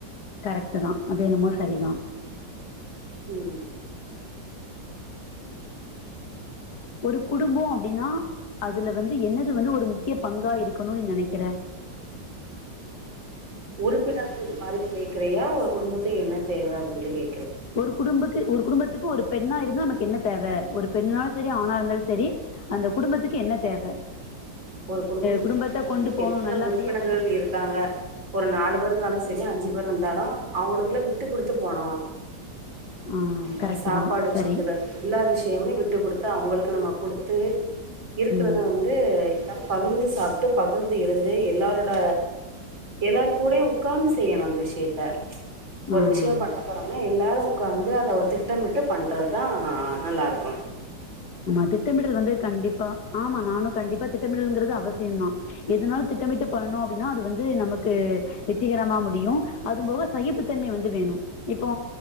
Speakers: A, on the left (about 60°); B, on the right (about 85°).
A: கரெக்ட்தா அது என்னுமோ சரிதா
B: உம்
A: ஒரு குடும்பம் அப்படின்னா அதுல வந்து என்னது வந்து ஒரு முக்கிய பங்கா இருக்கணும் நீ நினைக்கிறே
B: உறுப்பினர்கள் மாரி சேக்கிறையா ஒரு குடும்பத்துக்கு என்ன தேவை உங்களுக்குகே
A: ஒரு குடும்பக்கு ஒரு குடும்பத் க்கு ஒரு பெண்ணா இருந்து நமக்கு என்ன தேவை ஒரு பெண்னாலும் சரி ஆணா இருந்தாலும் சரி அந்த குடும்பத்துக்கு என்ன தேவை
B: ஒரு குடும்பத்து
A: குடும்பத்தை கொண்டு
B: வந்து
A: போகணும்
B: எத்தனை
A: நல்லபடியா
B: உறுப்பினர்கள்
A: கொண்டு
B: இருக்காங்க ஒரு நாலு பேர்ந்தாலும் சரியா அஞ்சு பேர் இருந்தாலும் அவங்களுக்குள்ள விட்டு குடுத்து போனோம்
A: ஆ
B: ஆஹ்
A: கரெக்ட்
B: சாப்பாடு
A: தான்
B: விஷயத்துல
A: சரி
B: எல்லா விஷயமே விட்டுகுடுக்க தா அவங்களுக்கு நம்ம கொடுத்து இருக்கிறத
A: ம்
B: வந்து பகிர்ந்து சாப்பிட்டு பகிர்ந்து இருந்து எல்லாரோட எல்லார கூட உட்கார்ந்து செய்யணும் அந்த விஷயத்த ஒரு
A: ஆ
B: விஷயம் பண்ண போறோம்னா எல்லாரும் உட்காந்து அதை ஒரு திட்டமிட்டு பண்றதுதா நல்லா இருக்கும்
A: ஆமா திட்டமிடல் வந்து கண்டிப்பா ஆமா நானு கண்டிப்பா திட்டமிடல்ங்கிறது அவசியம் தான் எதனால திட்டமிட்டு பண்ணும் அப்டின்னா அது வந்து நமக்கு வெற்றிகரமா முடியும் அதுபோக சகிப்புத்தன்மை வந்து வேணும் இப்போ